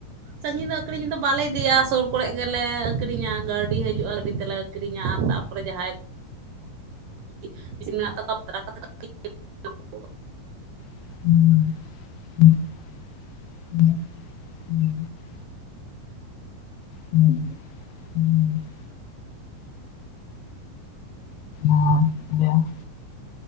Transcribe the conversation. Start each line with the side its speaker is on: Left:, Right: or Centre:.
Right: ᱥᱟᱺᱜᱤᱧ ᱫᱚ ᱟᱠᱷᱨᱤᱧ ᱫᱚ ᱵᱟᱞᱮ ᱤᱫᱤᱭᱟ ᱥᱩᱨ ᱠᱚᱨᱮ ᱜᱮᱞᱮ ᱟᱠᱷᱨᱤᱧᱟ ᱜᱟᱹᱰᱤ ᱦᱤᱡᱩᱜᱼᱟ ᱜᱟᱹᱰᱤ ᱛᱮᱞᱮ ᱟᱠᱠᱷᱨᱤᱧᱟ ᱛᱟᱨᱯᱚᱨᱮ ᱡᱟᱦᱟᱸᱭ <unintelligible> ᱯᱟᱛᱨᱟ ᱠᱟᱛᱮᱫ ᱢᱮᱱᱟᱜ ᱛᱟᱠᱚᱣᱟ <unintelligible>
Left: ᱦᱩᱸ <unintelligible> <inaudible> ᱦᱩᱸ ᱦᱩᱸ <unintelligible> ᱟᱨ ᱜᱮᱭᱟ <unintelligible>